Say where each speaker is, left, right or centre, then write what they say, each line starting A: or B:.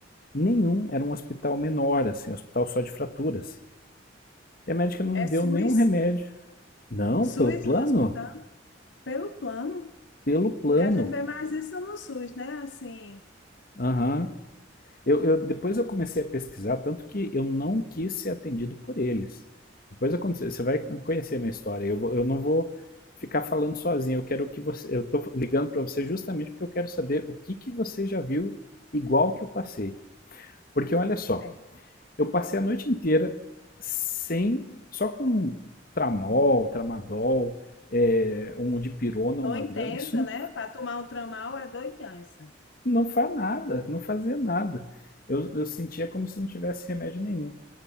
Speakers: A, on the left; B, on the left.
A: nenhum. Era um hospital menor, assim, um hospital só de fraturas. E a médica não
B: É
A: me deu
B: SUS,
A: nenhum remédio. Não,
B: SUS
A: pelo plano?
B: do hospital, pelo plano.
A: Pelo plano.
B: Porque a gente vê mais isso no SUS, né? Assim,
A: Aham. Eu, eu- depois eu comecei a pesquisar, tanto que eu não quis ser atendido por eles. Depois aconteceu, você vai conhecer a minha história. Eu, vou- eu não vou ficar falando sozinho. Eu quero que você. Eu tô ligando para você justamente porque eu quero saber o que que você já viu igual que eu passei. Porque olha só,
B: é,
A: eu passei a noite inteira sem, só com um tramol, tramadol, é, um dipirona,
B: dor
A: uma
B: intensa,
A: grama. Isso não,
B: né? Para tomar um tramal é dor intensa.
A: não faz nada, não fazia nada. Eu, eu sentia como se não tivesse remédio nenhum.